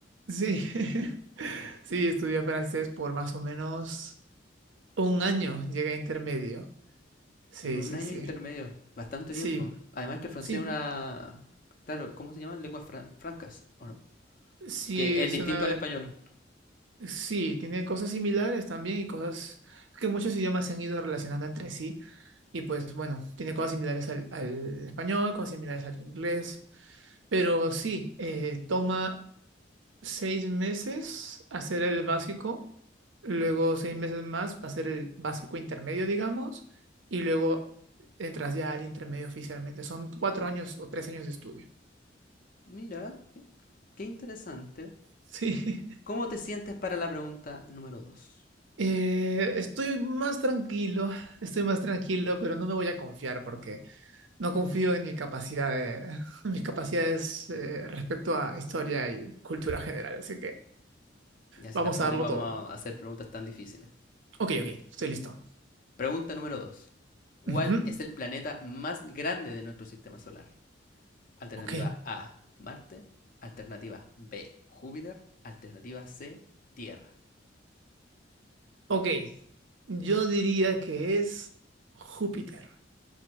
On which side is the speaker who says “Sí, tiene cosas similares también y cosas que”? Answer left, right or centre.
Right